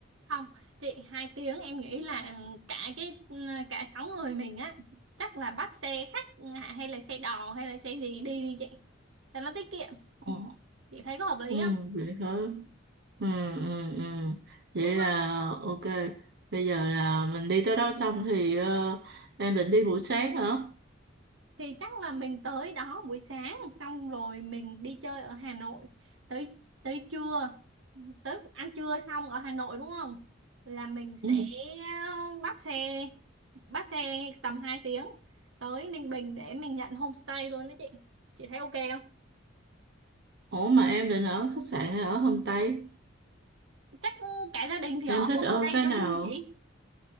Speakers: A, on the right; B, on the right.
A: không, chị 2 tiếng em nghĩ là ừ, cả cái ừ, cả sáu người mình á chắc là bắt xe khách à, hay là xe đò hay là xe gì đi đi chị. Cho nó tiết kiệm.
B: Ờ,
A: Chị thấy có hợp lý
B: Ừ,
A: không?
B: vậy hả? Ừ, ừ, ừ. Vậy
A: Đúng
B: là
A: rồi.
B: ok. Bây giờ là mình đi tới đó xong thì ờ, em định đi buổi sáng hả?
A: Thì chắc là mình tới đó buổi sáng xong rồi mình đi chơi ở Hà Nội tới tới trưa tới ăn trưa xong ở Hà Nội đúng không? Là mình sẽ
B: Ừ.
A: bắt xe bắt xe tầm 2 tiếng tới Ninh Bình để mình nhận homestay luôn đó chị. Chị thấy ok không?
B: Ủa mà em định ở khách sạn hay ở homestay?
A: Chắc cả gia đình thì
B: Em
A: ở
B: thích
A: homestay
B: ở cái
A: cho
B: nào?
A: vui chị.